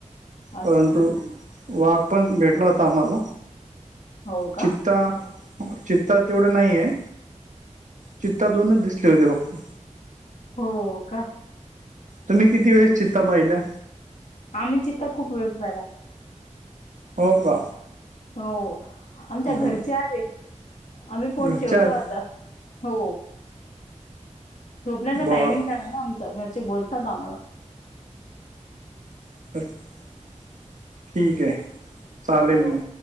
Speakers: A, on the left; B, on the right.
A: अच्छा
B: परंतु वाघ पण भेटला होता आम्हाला.
A: हो का
B: चित्ता चित्ता तेवढं नाहीय. चित्ता दोनच दिसले होते फक्त.
A: हो का?
B: तुम्ही किती वेळेस चित्ता पाहिला?
A: आम्ही चित्ता खूप वेळेस पाहिला.
B: हो का?
A: हो. आमच्या
B: हं.
A: घरचे आले आम्ही फोन
B: घरच्यात
A: ठेवतो आता. हो. झोपण्याचा
B: बरं
A: टायमिंग झाला ना आमच घरचे बोलतात आम्हाला.
B: <unintelligible> ठीक आहे चालेल
A: हो
B: मग.